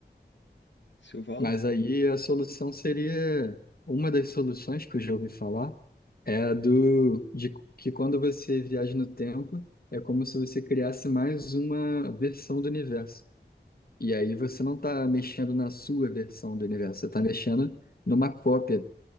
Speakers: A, on the left (about 80°); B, on the left (about 55°).
A: Se eu volto
B: Mas aí a solução seria, uma das soluções que eu já ouvi falar é a do de que quando você viaja no tempo, é como se você criasse mais uma versão do universo. E aí você não está mexendo na sua versão do universo, você está mexendo numa cópia.